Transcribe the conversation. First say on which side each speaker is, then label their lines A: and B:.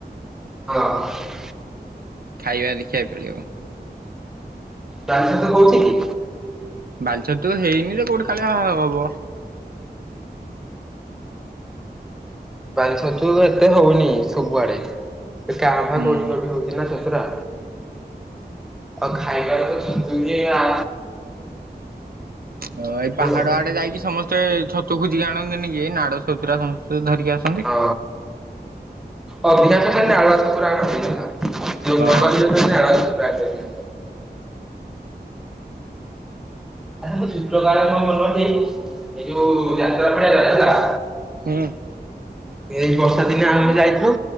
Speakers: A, in the centre; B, on the right (about 60°).
A: ହଁ।
B: ଖାଇବା ଦେଖି ଆଇ ପାରିବ।
A: ବାଲି ଛତୁ ହଉଛି କି?
B: ବାଲି ଛତୁ ହେଇନି ଯେ, କୋଉଠି କାଳିଆ ଆ ହବ?
A: ବାଲି ଛତୁ ଏତେ ହଉନି ସବୁଆଡେ। ଏ କା ମ୍ଭା
B: ହୁଁ
A: କୋଉଠି କୋଉଠି ହଉଛି ନା ଛତୁରା। ଆଉ ଖାଇବାକୁ ତ ଛତୁ ହିଁ ଆ
B: ଓ ଭାଇ ପାହାଡ
A: ଆଉ।
B: ଆଡେ ଯାଇକି ସମସ୍ତେ ଛତୁ ଖୋଜିକି ଆଣନ୍ତିନି କି, ଏଇ ନାଡ ଛତୁରା ସମସ୍ତେ ଧରିକି ଆସ
A: ହଁ ଅଧିକାଂଶ ସେଇ ନାଳୁଆ ଛତୁ ଗୁରା ଆଣନ୍ତି ହେଲା। <unintelligible>
B: ହଁ
A: ନାଳୁଆ ଛତୁଟା ଆଣି ପାଇଁଲିନି। ଆଚ୍ଛା। ମୁଁ ଶୁକ୍ରବାର <unintelligible> ଏଇ ଯୋଉ ଯାତ୍ରା ପଡିଆରେ ହେଲା
B: ହୁଁ।
A: ଏଇ ବର୍ଷା ଦିନେ ଆମେ ଯାଇଥିଲୁ,